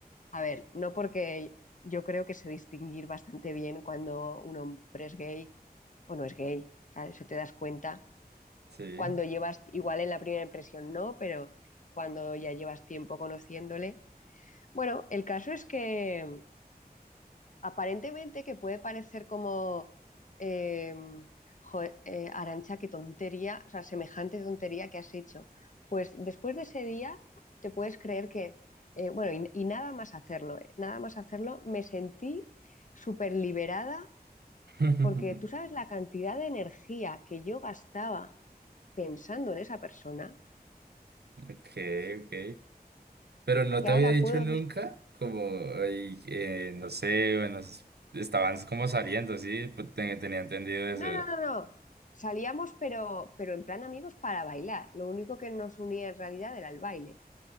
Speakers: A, on the left; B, on the right.
A: A ver, no porque yo creo que sé distinguir bastante bien cuando un hombre es gay o no es gay. ¿sabes? Eso te das cuenta.
B: Sí.
A: Cuando llevas, igual en la primera impresión no, pero cuando ya llevas tiempo conociéndole. Bueno, el caso es que aparentemente que puede parecer como, eh, jo, eh, Arancha, qué tontería, o sea, semejante tontería que has hecho. Pues después de ese día te puedes creer que, eh, bueno, y, y nada más hacerlo, eh, nada más hacerlo, me sentí súper liberada
B: <laughs>
A: porque tú sabes la cantidad de energía que yo gastaba pensando en esa persona,
B: Ok, ok. Pero no
A: que
B: te
A: ahora
B: había dicho
A: puedo...
B: nunca,
A: de-
B: como, ay, eh, no sé, bueno, s- estaban como saliendo, sí, Pues ten- tenía entendido eso.
A: No, no, no, no. Salíamos, pero, pero en plan amigos para bailar. Lo único que nos unía en realidad era el baile.